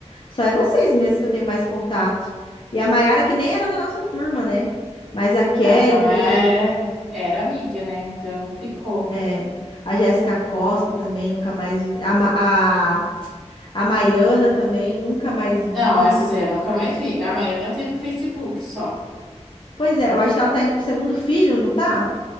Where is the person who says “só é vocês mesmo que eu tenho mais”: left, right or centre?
Left